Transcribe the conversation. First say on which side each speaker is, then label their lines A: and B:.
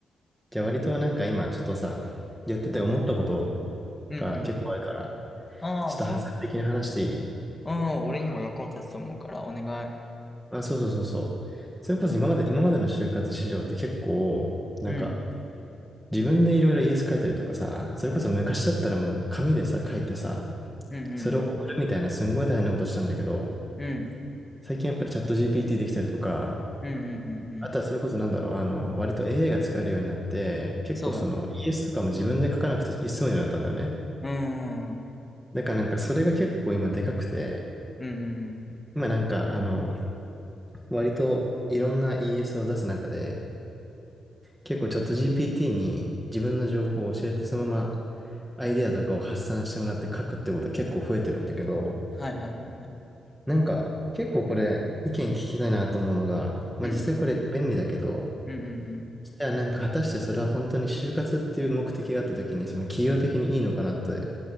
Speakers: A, in the centre; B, on the left (about 15°).
A: じゃあ割となんか今、ちょっとさ、やってて思ったこと
B: う。うんうん。
A: が結構あるから、
B: ああ、
A: ちょっと発散的に話していい
B: そうなんだ。うん、俺にも役に立つと思うから、お願い。
A: まあ、そうそうそうそう。それこそ今まで、今までの就活市場って結構、なんか、
B: うん。
A: 自分でいろいろイエス書いたりとかさ、それこそ昔だったらもう紙でさ、書いてさ、
B: うんうん
A: それを送るみたいなすんごい大変なことしたんだけど、
B: うん。うん。
A: 最近やっぱりチャット GPT できたりとか、
B: うんうんうんうん。
A: あとはそれこそなんだろう、あの、割と AI が使えるようになって、結構その
B: そうだな。
A: ES とかも自分で書かなくて済むようになったんだよね。
B: うん。うん
A: だからなんかそれが結構今でかくて、
B: うんうん。
A: 今なんかあの、割といろんな ES を出す中で、結構チャット GPT に自分の情報を教えてそのままアイデアとかを発散してもらって書くってことは結構増えてるんだけど、
B: はいはいはいはい。
A: なんか、結構これ、意見聞きたいなと思うのが、まあ実際これ便利だけど、
B: うんうんうんうんうん。
A: じゃあなんか果たしてそれは本当に就活っていう目的があった時に、その企業的にいいのかなって